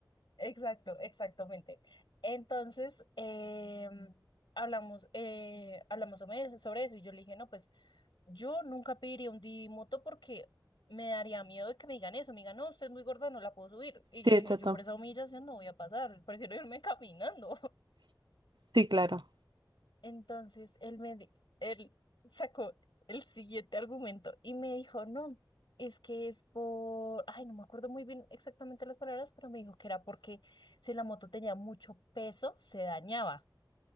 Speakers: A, on the left; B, on the right.
A: Exacto, exactamente. Entonces, em, hablamos, eh, hablamos sobre eso sobre eso y yo le dije, no, pues yo nunca pediría un Didi Moto porque me daría miedo de que me digan eso. Me digan, no, usted es muy gorda, no la puedo subir. Y yo
B: Sí,
A: dije,
B: exacto.
A: yo por esa humillación no voy a pasar, prefiero irme <laughs> caminando.
B: Sí, claro.
A: Entonces él me di- él sacó el siguiente argumento y me dijo, no, es que es por, ay, no me acuerdo muy bien exactamente las palabras, pero me dijo que era porque si la moto tenía mucho peso, se dañaba.